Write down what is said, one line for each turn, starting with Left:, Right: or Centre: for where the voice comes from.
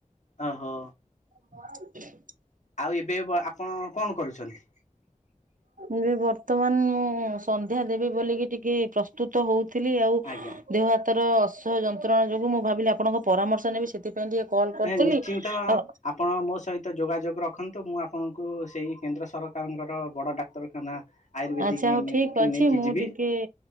Left: ଓହୋ
Right: <inaudible>
Left: ଆଉ ଏବେ ଆପଣ କଣ କରୁଛନ୍ତି?
Right: ଏବେ ବର୍ତ୍ତମାନ ମୁଁ ସନ୍ଧ୍ୟା ଦେବି ବୋଲିକି ଟିକେ ପ୍ରଶ୍- ପ୍ରସ୍ତୁତ ହଉଥିଲି ଆଉ
Left: ଆଜ୍ଞା
Right: ଦେହ ହାତ ଅସ୍ୟ ଯନ୍ତ୍ରଣା ଯୋଗୁ ମୁଁ ଭାବିଲି ଆପଣଙ୍କ ପରାମର୍ଶ ନେବି ସେଥିପାଇଁ ଟିକେ କଲ୍ କରିଥିଲି
Left: ନାଇଁ ନିଶ୍ଚିନ୍ତ
Right: ଆଉ
Left: ଆପଣ ମୋ ସହିତ ଯୋଗାଯୋଗ ରଖନ୍ତୁ ମୁଁ ଆପଣଙ୍କୁ ସେଇ କେନ୍ଦ୍ର ସରକାରଙ୍କର ବଡ଼ ଡାକ୍ତରଖାନା ଆୟୁର୍ବେଦିକ
Right: ଆଚ୍ଛା ହଉ ଠିକ୍
Left: କି
Right: ଅଛି
Left: ନେଇକି
Right: ମୁଁ
Left: ଯିବି
Right: ଟିକେ